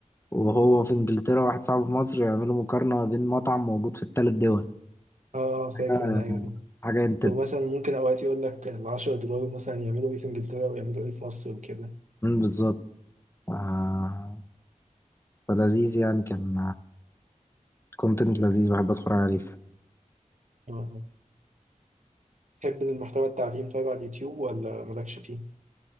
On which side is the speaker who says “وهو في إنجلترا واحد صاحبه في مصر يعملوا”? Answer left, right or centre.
Left